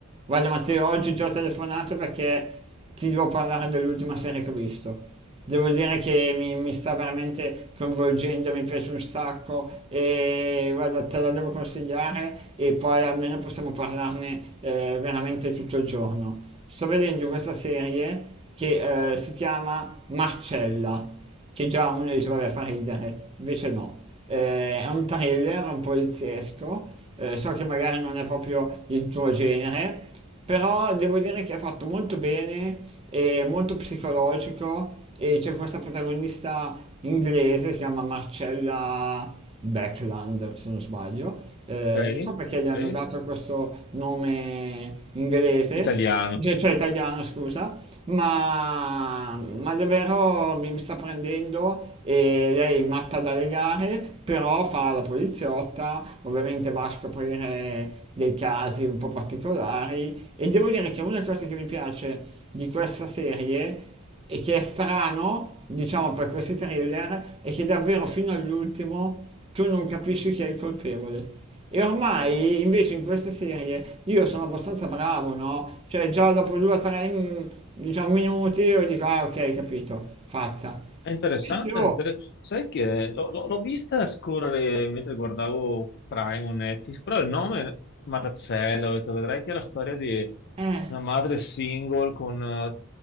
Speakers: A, on the right; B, on the left.
A: guarda Matteo, oggi ti ho telefonato perché ti devo parlare dell'ultima serie che ho visto. Devo dire che mi, mi sta veramente coinvolgendo, mi piace un sacco e guarda, te la devo consigliare e poi almeno possiamo parlarne eh, veramente tutto il giorno. Sto vedendo questa serie che eh, si chiama Marcella, che già uno dice vabbè fa ridere, invece no eh, è un thriller, un poliziesco, eh, so che magari non è proprio il tuo genere, però devo dire che è fatto molto bene, è molto psicologico e c'è questa protagonista inglese, si chiama Marcella Beckland, se non sbaglio, eh,
B: Ok,
A: non so perché gli hanno
B: ok.
A: dato questo nome inglese,
B: Italiano.
A: cioè, cioè italiano, scusa, ma, ma davvero mi sta prendendo e lei è matta dalle gare, però fa la poliziotta, ovviamente va a scoprire dei casi un po' particolari e devo dire che una cosa che mi piace di questa serie e che è strano, diciamo, per questi thriller, è che davvero fino all'ultimo tu non capisci chi è il colpevole. E ormai invece in queste serie io sono abbastanza bravo, no? Cioè già dopo due o tre, mm, diciamo, minuti io dico, ah ok, capito, fatta.
B: È interessante.
A: Invece, oh,
B: è inter- Sai che l'ho l'ho- l'ho vista scorrere mentre guardavo Prime o Netflix, però il nome Marcello, ho detto, vedrai che è la storia di
A: eh,
B: una madre single con eh,